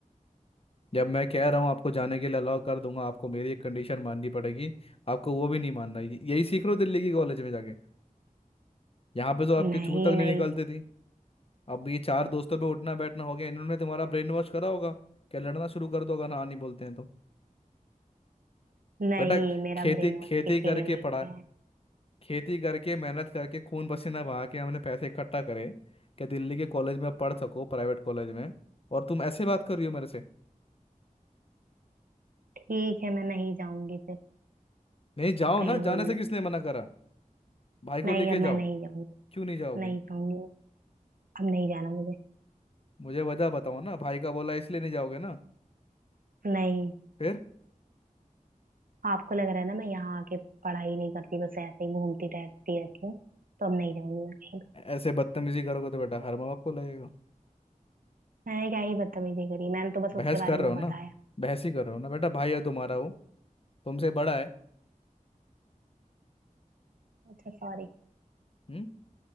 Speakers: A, on the left; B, on the right.
A: जब मैं कह रहा हूँ आपको जाने के लिए अलाउ कर दूंगा आपको मेरी एक कंडीशन माननी पड़ेगी आपको वो भी नहीं मानना यही सीख रहे हो दिल्ली की कॉलेज में जाके यहाँ पे तो आपके
B: नहीं
A: चूं तक नहीं
B: मैं
A: निकलती थी अब ये चार दोस्तों पे उठना बैठना हो गया इन्होंने तुम्हारा ब्रेन वॉश करा होगा क्या लड़ना शुरू कर दो अगर ना नहीं बोलते हैं तो
B: नहीं
A: बेटा
B: मेरा
A: खेती
B: ब्रेन वॉश
A: खेती
B: किसी
A: करके
B: ने नहीं
A: पढ़ा
B: किया है
A: खेती करके मेहनत करके खून पसीना बहा के हमने पैसे इकट्ठा करे क्या दिल्ली के कॉलेज में पढ़ सको प्राइवेट कॉलेज में और तुम ऐसे बात कर रही हो मेरे से
B: ठीक है मैं नहीं जाऊंगी फिर
A: नहीं जाओ
B: कहीं
A: ना
B: घूमने
A: जाने से किसने मना करा भाई को
B: नहीं
A: लेके
B: अब
A: जाओ
B: मैं नहीं जाऊंगी
A: क्यों नहीं जाओगे
B: नहीं जाऊंगी मैं। अब नहीं जाना मुझे
A: मुझे वजह बताओ ना भाई का बोला इसलिए नहीं जाओगे ना
B: नहीं
A: फिर
B: आपको लग रहा है ना मैं यहाँ आके पढ़ाई नहीं करती बस ऐसे ही घूमती टहलती रहती हूँ तो अब नहीं जाऊंगी मैं कहीं भी
A: ऐसे बदतमीजी करोगे तो बेटा हर माँ बाप को लगेगा
B: मैंने क्या ही बदतमीजी करी मैंने तो बस उसके
A: बहस
B: बारे
A: कर रहे
B: में
A: हो
B: बताया
A: ना बहस ही कर रहे हो ना बेटा भाई है तुम्हारा वो तुमसे बड़ा है
B: अच्छा सॉरी
A: हम्म